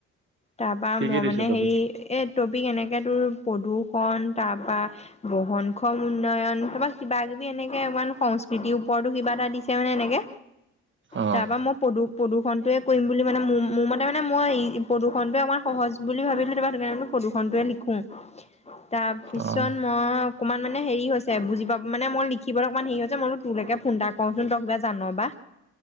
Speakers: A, on the left (about 20°); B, on the right (about 40°).
A: তাৰপা
B: কি
A: মই
B: কি দিছে
A: মানে হেৰি
B: টপিক
A: এ টপিক এনেকে তোৰ পপ্ৰদূষণ, তাৰ পৰা বহনক্ষম উন্নয়ন, তাৰপা কিবা কিবি এনেকে ইমান সংস্কৃতিৰ ওপৰতো কিবা এটা দিছে মানে এনেকে।
B: অ'
A: তাৰ পৰা মই প্ৰদূষণ প্ৰদূষণটোয়ে কৰিম বুলি মানে, মোৰ-মোৰ মতে মানে মই প্ৰদূষণটোয়ে অকমান সহজ বুলি ভাবিলো, <unintelligible> সেইটো কাৰণে বুলো প্ৰদূষণটোৱে লিখো। তাৰপিছত
B: অ'
A: মই অকণমান মানে হেৰি হৈছে, বুজি পা মানে মই লিখিবলৈ অকণমান হেৰি হৈছে, মই বুলো তোলেকে ফোন এটা কৰাচোন তই কিবা জান' বা।